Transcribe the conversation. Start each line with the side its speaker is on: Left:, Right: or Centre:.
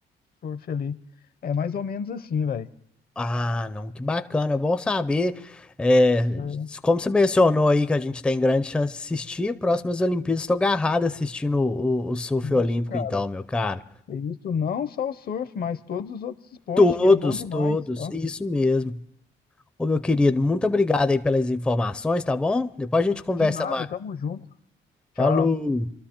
Left: surf ali. É mais ou menos assim, velho.
Centre: Ah, não, que bacana, bom saber. É,
Left: É
Centre: como você mencionou aí que a gente tem grande chance de assistir, próximas Olimpíadas estou agarrado assistindo o, o, o surf olímpico,
Left: isso, cara.
Centre: então, meu caro.
Left: É isso não só o surf, mas todos os outros esportes,
Centre: Todos,
Left: que é bom demais,
Centre: todos,
Left: tá?
Centre: isso mesmo. Ô, meu querido, muito obrigado aí pelas informações, tá bom? Depois a gente conversa
Left: De nada,
Centre: mais.
Left: tamo junto. Tchau.
Centre: Falou!